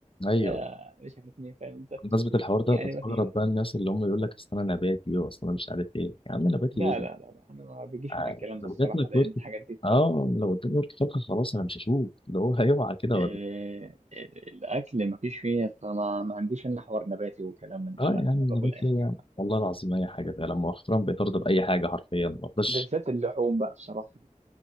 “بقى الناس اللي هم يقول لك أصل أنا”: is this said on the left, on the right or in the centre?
Left